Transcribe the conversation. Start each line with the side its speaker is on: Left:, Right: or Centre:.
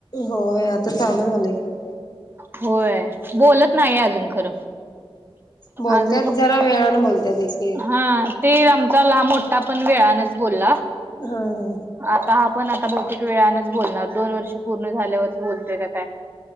Left: होय आता चालू झालेय की
Right: होय बोलत नाहीे आजून खरं
Left: बोलत्यात
Right: अजून फक्,
Left: जरा वेळानं बोलत्यात एक एक
Right: हा ते आमचा ला मोठ टा पण वेळानच बोलला.
Left: हा ह
Right: आता हा पण आता बहुतेक वेळानच बोलणार, दोन वर्ष पूर्ण झाल्यावरच बोलतोय काय काय माहित